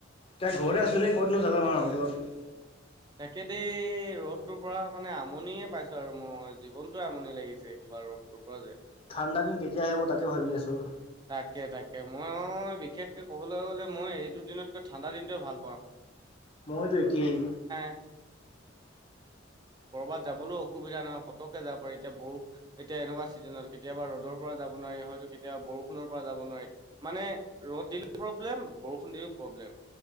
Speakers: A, on the left (about 30°); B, on the right (about 20°).
A: তাই ঘৰতে আছোঁ দেই ক'তনো যাবা ইমান ৰ'দত।
B: তাকে দেই ৰ'দটোৰ পৰা মানে আমনিয়ে পাইছো আৰু মই জীৱনতয়ে আমনি লাগিছে কিবা। ৰ'দটোপা যে
A: ঠাণ্ডা দিন কেতিয়া আহিব তাকে ভাবি আছোঁ।
B: তাকে তাকে মই অ বিশেষকে ক'বলৈ গ'লে মই এইটো দিনতকৈ ঠাণ্ডা দিনটোৱে ভাল পাওঁ।
A: মইতো একেই।
B: <unintelligible> কৰ'ৰবাত যাবলৈও অসুবিধা নহয় পতকে যাব পাৰি এতিয়া বৰ এতিয়া এনেকুৱা চিজনত কেতিয়াবা ৰ'দৰ পৰা যাব নোৱাৰি হয়তো কেতিয়াবা বৰষুণৰ পৰা যাব নোৱাৰি মানে ৰ'দ দিলেও প্ৰব্লেম বৰষুণ দিলেও প্ৰব্লেম।